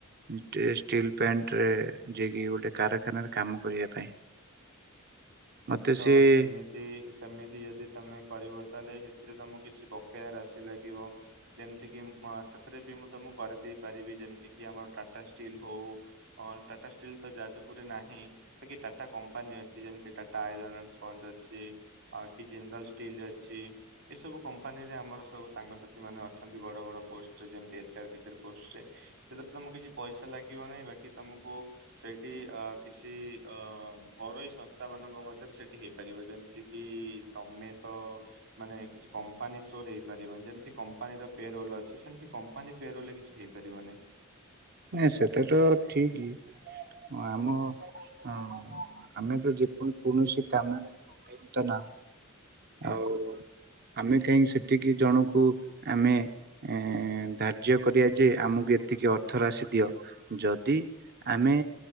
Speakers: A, on the right; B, on the right.
A: ଇଷ୍ଟ୍ରେ ଷ୍ଟିଲ୍ ପ୍ଲାଣ୍ଟରେ ଯାଇକି ଗୋଟେ କାରଖାନାରେ କାମ କରିବା ପାଇଁ। ମତେ
B: ତ
A: ସିଏ
B: ସେମି ତି ସେମିତି ଯଦି ତମେ କରିବ ତାହେଲେ ଏଥିରେ ତମକୁ କିଛି ବକେୟ ରାଶି ଲାଗିବ। ଯେମତି କିି ମ ସେଥିରେ ବି ମୁଁ ତମକୁ କରେଇ ଦେଇ ପାରିବି ଯେମତି କି ଆମର ଟାଟା ଷ୍ଟିଲ୍ ହୋଉ ହଁ ଟାଟା ଷ୍ଟିଲ୍ ତ ଯାଜପୁରରେ ନାହିଁ ବାକି ଟାଟା କମ୍ପାନୀ ଅଛି ଯେମତି ଟା ଟାୟାରନ୍ ଆନ ସ୍ପନ୍ଦ ଅଛି ଆଉ କି ଜନ୍ଦଲ ସ୍ ଷ୍ଟିଲ ଅଛି ଏସବୁ କମ୍ପାନୀରେ ଆମର ସବୁ ସାଙ୍ଗସାଥି ମାନେ ଅଛନ୍ତି ବଡ ବଡ ପୋଷ୍ଟରେ ଯେମ ଏଚ୍ ଆର୍ ଫେଚ୍ ଆର୍ ସେଥିରେ ତମକୁ କିଛି ପଇସା ଲାଗିବ ନାହିଁ ବାକି ତମକୁ ସେଇଠି ଅ କିଛି ଅ ଘରୋଇ ସଂସ୍ଥା ମା ନଙ୍କ ମଧ୍ୟରେ ସେଠି ହେଇପାରିବ ଯେମତି କି ତମେ ତ ମାନେ କିଛି କମ୍ପାନୀ ଥ୍ରୋରେ ହେଇପାରିବ ଯେମତି କମ୍ପାନୀର ପେ ରୋଲ ଅଛି ସେମତି କମ୍ପାନୀ ପେ ରୋଲରେ କିଛି ହେଇ ପାରିବନେଇ।
A: ନାଇଁ ସେଟା ତ ଠିକି ହଁ ଆମ ଅଁ ଆମେ ତ ଯେ କୌଣ କୌଣସି କାମରେ
B: ହୁଁ।
A: ଆଉ ଆମେ କାଇଁ ସେଠିକି ଜଣକୁ ଆମେ ଏଁ ଧାର୍ଯ୍ୟ କରିବା ଯେ ଆମକୁ ଏତିକି ଅର୍ଥ ରାଶି ଦିଅ ଯଦି ଆମେ